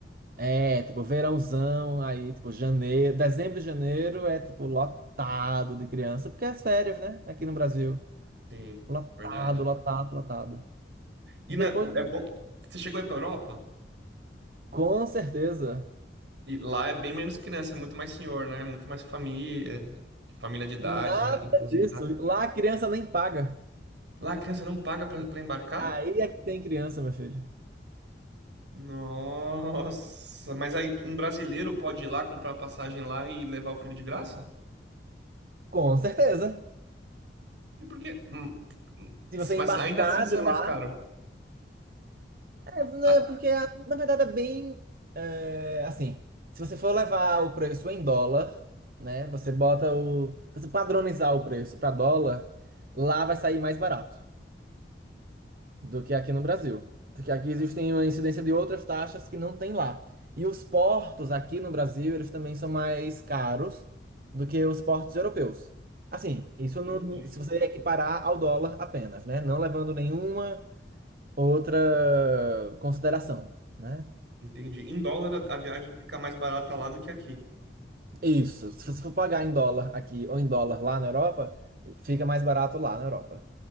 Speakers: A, on the right (about 50°); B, on the right (about 80°).
A: É, tipo, verãozão, aí, tipo, janeiro, dezembro e janeiro é, tipo, lotado de criança, porque é as férias, né? Aqui no Brasil.
B: Sim,
A: Lotado,
B: verdade.
A: lotado, lotado.
B: E
A: Depois,
B: na- o- é bom. Você chegou aí pra Europa?
A: com certeza,
B: E lá é bem menos criança, é muito mais senhor, né? Muito mais família, família de idade,
A: nada
B: re- aposentada.
A: disso. Lá a criança nem paga.
B: Lá a criança não paga pra pra embarcar?
A: Aí é que tem criança, meu filho.
B: Nossa, mas aí um brasileiro pode ir lá comprar uma passagem lá e levar o filho de graça?
A: Com certeza.
B: E por quê? Hum, hum,
A: Se você
B: Mas
A: embarcar
B: ainda assim sai
A: de lá,
B: mais caro.
A: É, né,
B: Ah,
A: porque, na verdade, é bem. é, assim, se você for levar o preço em dólar, né? Você bota o. Se você padronizar o preço para dólar, lá vai sair mais barato do que aqui no Brasil. Porque aqui existem uma incidência de outras taxas que não tem lá. E os portos aqui no Brasil, eles também são mais caros do que os portos europeus. Assim, isso
B: entendi.
A: não, se você equiparar ao dólar apenas, né? Não levando nenhuma outra consideração, né?
B: Entendi. Em dólar a a viagem fica mais barata lá do que aqui.
A: Isso. Se você for pagar em dólar aqui ou em dólar lá na Europa, fica mais barato lá na Europa.